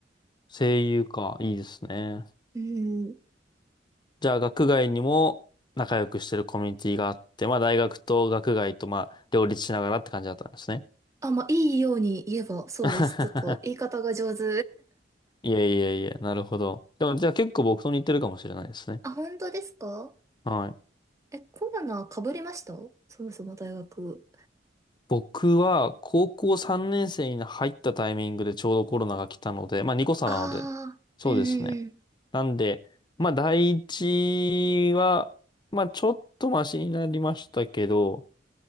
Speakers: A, on the left; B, on the right.
A: 声優か。いいですね。
B: <laughs> うん。
A: じゃあ、学外にも仲良くしてるコミュニティがあって、まあ、大学と学外と、まあ、両立しながらって感じだったんですね。
B: あ、まあ、いいように言えば、そうです。
A: <laughs>
B: ちょっと言い方が上手。
A: いえいえいえ、なるほど。でも、じゃあ結構僕と似てるかもしれないですね。
B: <laughs> あ、本当ですか
A: はい。
B: え、コロナ被りましたそもそも大学。
A: 僕は高校3年生に入ったタイミングでちょうどコロナが来たので、まあ2個差なので、
B: ああ、
A: そうですね。
B: うんうんうん。
A: なんで、まあ第一は、まあちょっとマシになりましたけど、